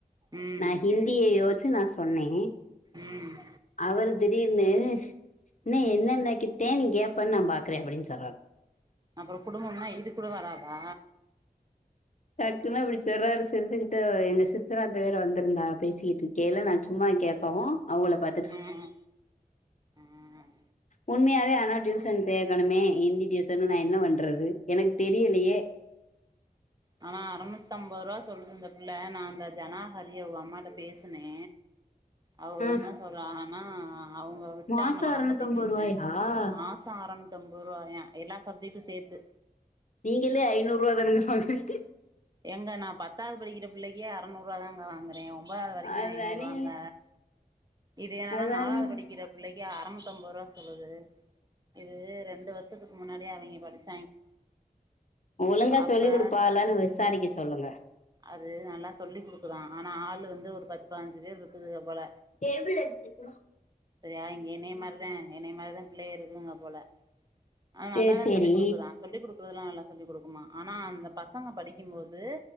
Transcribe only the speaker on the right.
ம்
ம்
ம்
அப்றோ குடும்பம்னா இது கூட வராதா
ம் ம்
ஆனா அறநூத்தம்பது ரூவா சொல்லுது இந்த பிள்ள நா அந்த ஜனாஹரி அவுங்க அம்மாட்ட பேசுனே அவுக
என்ன சொல்லாங்கனா அவுங்க விட்டாங்களா
அப்பதைக்குன்னு
மா மாசோ ஆறநூத்தம்பது ரூவாயா எல்லா சப்ஜெட்டு சேத்து
ஏங்க நா பத்தாவது படிக்கிற பிள்ளைக்கே அறநூறுவா தாங்க வாங்குறே ஒன்பதாவது வரைக்கு
ஐநூறு ரூவாங்க இது என்னன்னா
நாலாவது படிக்கிற பிள்ளைக்கு அறநூத்தம்பது ரூவா சொல்லுது இது ரெண்டு வருஷத்துக்கு முன்னாடியே அவிங்க படிச்ச
அப்ப
அது நல்லா சொல்லி் குடுக்குதா ஆனா ஆளு வந்து ஒரு பத்து பதினஞ்சு பேர் இருக்குதுக போல
சரியா இங்க என்னைய மாரிதே என்னய மாரிதே பிள்ளைக இருக்குங்க போல ஆனா
நல்லா தா
சொல்லிக் குடுக்குதா சொல்லிக் குடு கூடுதலா நல்லா சொல்லி குடுக்குமா ஆனா அந்த பசங்க படிக்கும்போது